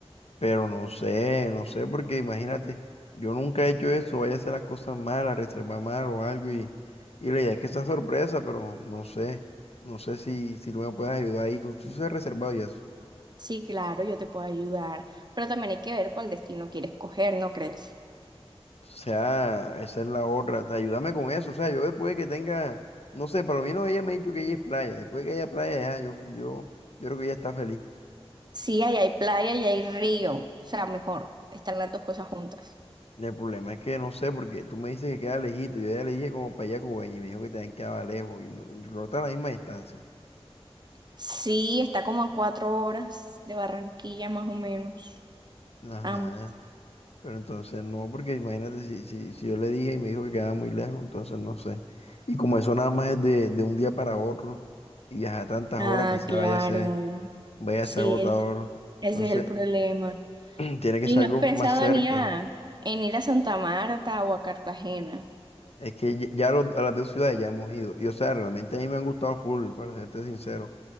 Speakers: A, on the left (about 70°); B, on the right (about 40°).
A: pero no sé, no sé, porque imagínate, yo nunca he hecho eso, vaya a hacer las cosas mal, a reservar mal o algo, y, y la idea es que sea sorpresa, pero no sé, no sé si, si tú me puedes ayudar ahí, tú, tú sí has reservado y eso.
B: Sí, claro, yo te puedo ayudar, pero también hay que ver cuál destino quieres coger, ¿no crees?
A: O sea, esa es la otra. te- Ayúdame con eso. O sea, yo después que tenga, no sé, para lo menos ella me ha dicho que ella es playa. Después de que haya playa, ya, yo, yo, yo creo que ella está feliz.
B: Sí, ahí hay playa y hay río. O sea, mejor, están las dos cosas juntas.
A: El problema es que no sé, porque tú me dices que queda lejito. Yo ya le dije como para allá Cubeña y me dijo que también quedaba lejos y no, no está a la misma distancia.
B: Sí, está como a cuatro horas de Barranquilla más o menos.
A: Ajá.
B: Ambas.
A: Pero entonces no, porque imagínate si, si, si yo le dije y me dijo que quedaba muy lejos, entonces no sé. Y como eso nada más es de, de un día para otro y viajar tantas
B: Ah,
A: horas, quizás
B: claro.
A: vaya a ser, vaya
B: Sí,
A: a ser agotador.
B: ese
A: Entonces.
B: es el problema.
A: <clears throat> Tiene que
B: ¿Y
A: ser
B: no
A: algo
B: has pensado
A: más cerca.
B: en ir a, en ir a Santa Marta o a Cartagena?
A: Es que ya ya a, los- a las dos ciudades ya hemos ido. Y o sea, realmente a mí me han gustado full, para serte sincero.